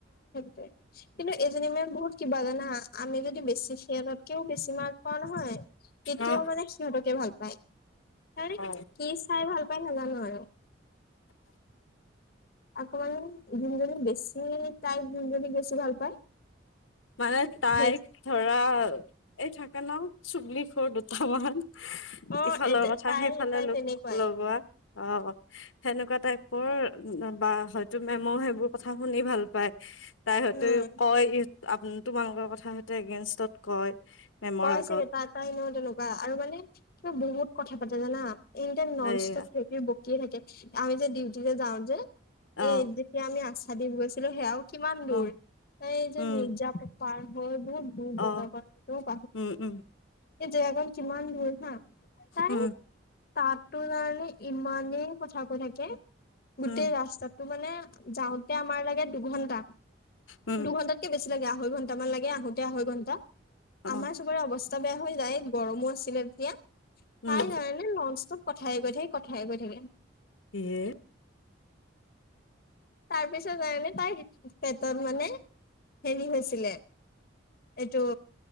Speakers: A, on the left; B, on the left.
A: সেই কিন্তু এজনী মেম বহুত কিবা জানা আমি যদি বেছি খিয়তকেও বেছি মাৰ্ক পাওঁ নহয়, তেতিয়াও
B: অ
A: মানে সিহঁতকে ভাল পায়। তে
B: অ
A: কি চাই ভাল পাই নাজানো আৰু, আকৌ মমান দিনজনী বেছি তাই দিনজনী বেছি ভাল পায়
B: মানে তাইক
A: সেই
B: ধৰা এই থাকে ন চুবল খোৰ দুটামান
A: অ
B: ইফালৰ
A: এ
B: কথা
A: তাই
B: সেইফালে
A: তাই
B: লগোক
A: তেনেকুৱাই
B: লগোৱা অ সেনেকুৱা টাইপৰ বা হয়তো মেম' সেইবোৰ কথা শুনি ভাল পায়। তাই হয়টো
A: উম
B: কয় আপ তোমালোকৰ কথা সতে এগেনষ্টত কয়। মেমৰ
A: কয়
B: আগত
A: চাগে তাৰ তাই ন তেনেকুৱা আৰু মানে কিবা বহুত কথা পাতে জানা। এনি টাইম নন
B: এইয়া
A: ষ্টপ কিবা কিবি বকিয়ে থাকে আমি যে ডিউটিলে যাওঁ যে
B: অ
A: এ যেতিয়া আমি আশা দি গৈছিলো সেয়াও কিমান
B: অ
A: দূৰ, এই যে
B: উম
A: মিৰ্জাটো পাৰ হৈ বহুত দূৰ
B: অ
A: জেগা <unintelligible>
B: উম উম।
A: এই জেগাকন কিমান দূৰ হা, তাৰে
B: উম
A: তাটো মানে ইমানে কথা কৈ থাকে গোটেই
B: উম
A: ৰাস্তাতো মানে যাওঁতে আমাৰ লাগে দুঘন্টা।
B: উম
A: দুঘন্টাতকে বেছি লাগে আঢ়ৈ ঘন্টামান লাগে আহোতে আঢ়ৈ ঘন্টা
B: অ
A: আমাৰ চবৰে অৱস্ বেয়া হৈ যায় গৰমো আছিলে তেতিয়া
B: উম
A: তাই কাৰে লঞ্চ কথাই গৈ থাকে কথাই গৈ থাকে।
B: ইয়ে
A: তাৰপিছৰ কাৰণে তাই পেটত মানে হেৰি হৈছিলে। এইটো